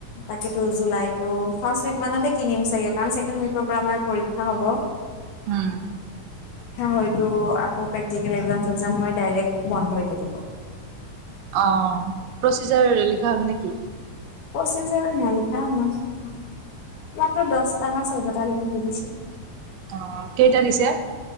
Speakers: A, on the left; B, on the right.
A: তাকো জুলাই টো ফাৰ্ষ্ট উইক মানতে কিনিম চাগে কাৰণ। পৰা আমাৰ পৰীক্ষা হব।
B: উম
A: হয়তো আকৌ প্ৰেক্টিকেল এক্সাম -চেক্সম হয় ডাইৰেক্ বন্ধ দি দিব।
B: অ প্ৰচিজাৰ লিখা হ'ল নেকি?
A: প্ৰচেজাৰ নাই লিখা মই। মাত্ৰ দহটা ন চৈধ্যটা লিখিত থৈ দিছিলো।
B: আহ কেইটা দিছে।